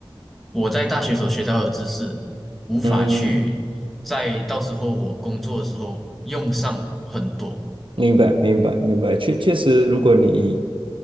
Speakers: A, in the centre; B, on the right.
A: 我在大学所学到的知识，无法去在到时候我工作的时候用上很多。
B: 嗯嗯。明白，明白，明白。确确实，如果你以